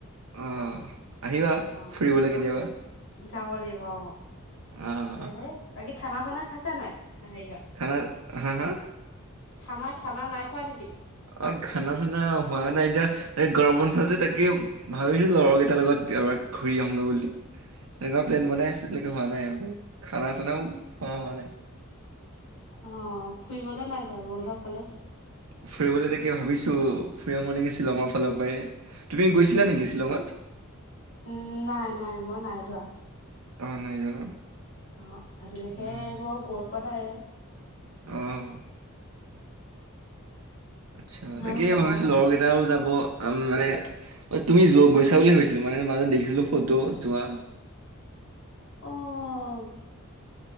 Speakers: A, on the right (about 80°); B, on the left (about 80°).
A: অ' আহিবা
B: অ'
A: ফুৰিবলৈ কেতিয়াবা।
B: যাব লাগিব অ'
A: অ'
B: তাকেহে বাকী খানা-চানা খাইছা নাই? হেৰিয়ত
A: খানা হা-হা।
B: খানা খানা নাই খোৱা নেকি?
A: অ' খানা চানা হোৱা নাই এতিয়া এ গৰমবন্ধ যে তাকে ভাবিছো লগৰ কেইটাৰ লগত এবাৰ ঘূৰি আহিমগৈ বুলি। তেনেকুৱা প্লেন বনাই আছো তাকে হোৱা নাই আৰু খানা চানাও। খোৱা হোৱা নাই।
B: অ'। ফুৰিবলে নাই যোৱা বন্ধ কলেজ।
A: ফুৰিবলৈ তাকে ভাবিছো ফুৰি আহো নেকি শ্বিলঙৰ ফালৰ পৰাই তুমি গৈছিলা নেকি শ্বিলঙত।
B: উম্ নাই, নাই মই নাই যোৱা।
A: অ' নাই যোৱা ন।
B: অ' আজিলৈকে
A: উম।
B: একবাৰু গৈ পোৱা নাই।
A: অ'। আচ্ছা,
B: তোমালোক
A: তাকে
B: যাবা
A: ভাবিছো
B: মানে
A: লগৰ কেইটাও যাব মানে। তুমি যোৱা গৈছা বুলি ভাবিছিলো মানে মাজতে দেখিছিলো ফটো যোৱা।
B: অ'